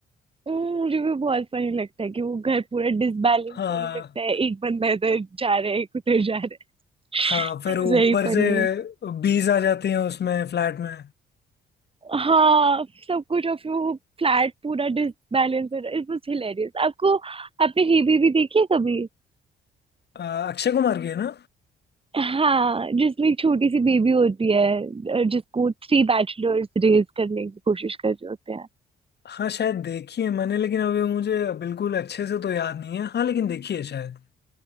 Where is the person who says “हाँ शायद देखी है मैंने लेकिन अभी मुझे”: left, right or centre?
Left